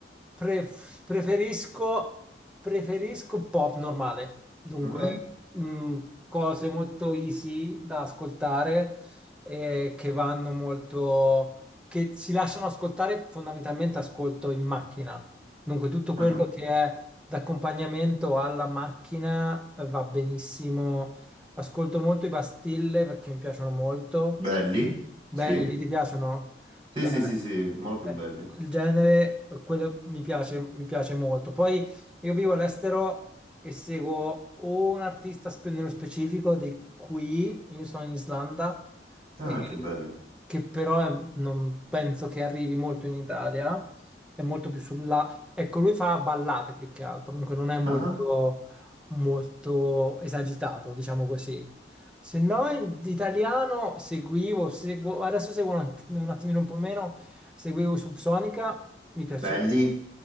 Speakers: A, in the centre; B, on the right (about 30°).
A: pref- preferisco, preferisco pop normale, dunque
B: mhm,
A: mh, cose molto easy da ascoltare eh, che vanno molto, che si lasciano ascoltare fondamentalmente ascolto in macchina, dunque tutto
B: aha.
A: quello che è d'accompagnamento alla macchina eh, va benissimo Ascolto molto i Bastille perché mi piacciono molto.
B: Belli?
A: Belli,
B: Sì.
A: ti piacciono?
B: Sì,
A: Eh,
B: sì, sì, sì, molto
A: eh,
B: belli.
A: il genere, quello mi piace, mi piace molto. Poi io vivo all'estero e seguo o un artista spe- nello specifico di qui, io sono in Islanda,
B: Ah,
A: e-
B: che bello.
A: che però è- non penso che arrivi molto in Italia, è molto più sulla... Ecco, lui fa ballate più che altro, comunque non è molto
B: Ah,
A: molto esagitato, diciamo così. Se no, in italiano seguivo, seguo, adesso seguo un, att- un attimino un po' meno, seguivo Subsonica, mi piaceva.
B: belli,